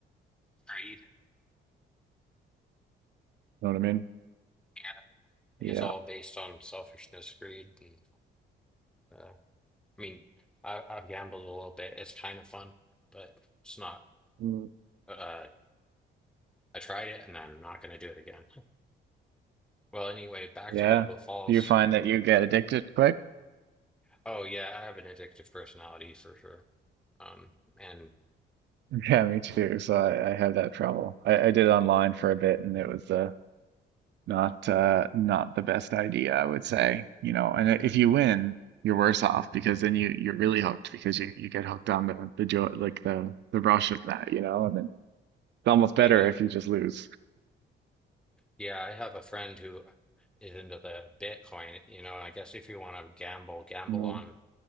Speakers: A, in the centre; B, on the right.
A: Greed.
B: You know what I mean?
A: Yeah.
B: Yeah.
A: It's all based on selfishness, greed, and uh, I mean, I, I've gambled a little bit. It's kind of fun, but it's not.
B: Mm,
A: Uh, I tried it, and I'm not going to do it again. Well, anyway, back
B: Yeah.
A: to Idaho Falls.
B: Do you find that you get addicted quick?
A: Oh yeah, I have an addictive personality for sure. Um, and
B: <laughs> Yeah, me too. So I, I have that trouble. I, I did online for a bit and it was uh, not uh, not the best idea, I would say. You know, and if you win, you're worse off because then you you're really hooked because you, you get hooked on the the joy like the the rush of that, you know, and then it's almost
A: yeah,
B: better if you just lose.
A: yeah, I have a friend who is into the Bitcoin, you know, and I guess if you want to gamble, gamble
B: Mm,
A: on